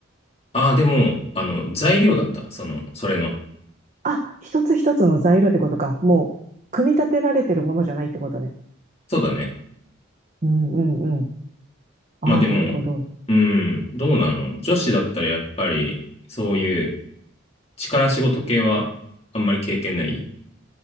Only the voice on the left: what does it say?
ああ、でも、あの、材料だった。その、それの。
そうだね。
まあでも、
うん、どうなの女子だったらやっぱり、そういう力仕事系はあんまり経験ない